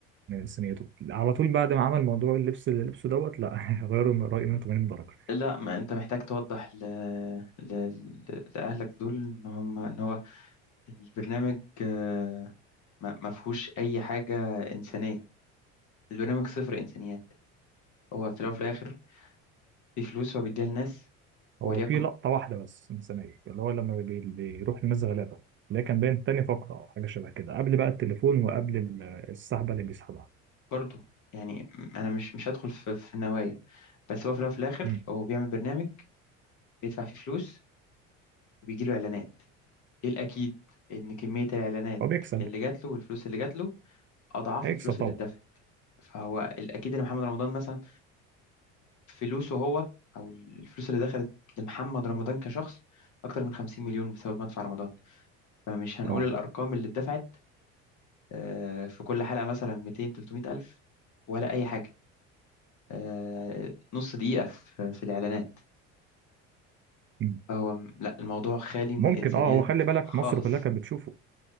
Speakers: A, on the right; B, on the left.
A: من انسانيته على طول بعد ما عمل موضوع اللبس اللي لبسه دوت لا <laughs> غيروا من رأيي 180 درجة
B: لا ما أنت محتاج توضح ل... ل... ل- لأهلك دول إن هم إن هو البرنامج آه، ما ما فيهوش أي حاجة إنسانية البرنامج صفر إنسانيات هو في الأول وفي الآخر في فلوس هو بيديها للناس
A: هو
B: وليكن
A: في لقطة واحدة بس إنسانية اللي هو لما بي- بيروح للناس غلابة اللي هي كان باين تاني فقرة أو حاجة شبه كده قبل بقى التليفون وقبل ال- السحبة اللي بيسحبها
B: برضه يعني أنا مش مش هدخل في, في النوايا بس هو في الأول وفي الآخر
A: مم.
B: هو بيعمل برنامج بيدفع فيه فلوس وبيجيله إعلانات إيه الأكيد إن كمية الإعلانات
A: هو بيكسب
B: اللي جات له والفلوس اللي جات له اضعاف
A: هيكسب
B: الفلوس
A: طبعا
B: اللي اتدفعت فهو الاكيد ان محمد رمضان مثلا فلوسه هو او الفلوس اللي دخلت لمحمد رمضان كشخص اكتر من 50 مليون بسبب مدفع رمضان فمش هنقول
A: اه
B: الارقام اللي اتدفعت آه، في كل حلقه مثلا 200 300 الف ولا اي حاجه آه، نص دقيقه في في الاعلانات
A: مم.
B: فهو م- لا الموضوع خالي من
A: ممكن
B: الانسانيات
A: اه هو خلي بالك
B: خالص
A: مصر كلها كانت بتشوفه